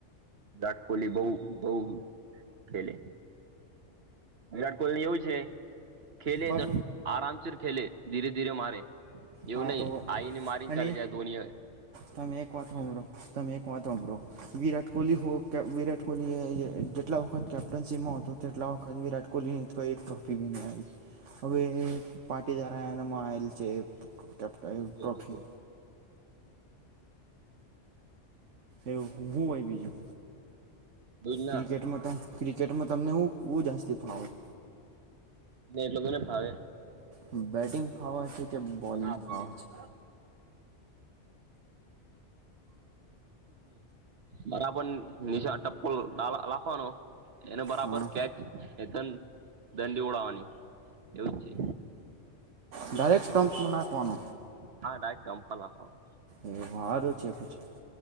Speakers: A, on the right (about 55°); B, on the right (about 80°).
A: વિરાટ કોહલી બહુ બહુ ખેલે વિરાટ કોહલી એવું છે ખેલે
B: પર
A: તો આરામસર ખેલે ધીરે ધીરે મારે એવું
B: હા
A: નહી
B: તો
A: આઈ ને મારી ને
B: અને
A: ચાલે જ્યાં ધોની હોય.
B: તમે એક વાત હોંભરો. તમે એક વાત હોંભરો વિરાટ કોહલી વિરાટ કોહલી કેટલા વખત કેપ્ટનસી માં હતો. તેટલા વખત વિરાટ કોહલી ની એક ટ્રોફી બી આઈ. હવે પાટીદાર એનામાં આવેલ છે. રુબ ટ્રોફી.
A: એવું
B: એવું હું હોય બીજું.
A: જ ના
B: ક્રિકેટમાં ક્રિકેટમાં તમને હ બુ જાસ્તી ફાવટ.
A: એ લોકો ને ફાવે.
B: બેટિંગ ફવા છે. કે
A: હા બોલિંગ.
B: ફાવે છે
A: બરાબર નિશા ટપ્પ લાખવાનો. એને બરાબર
B: હા
A: કેચ એથન દંડી ઉડાવવાની. એવું છે.
B: ડાયરેક્ટ સ્ટમપમાં નાખવાનો.
A: હા ડાયરેક ટમ્પમાં નાખવાનો.
B: એ વાર છે પછી.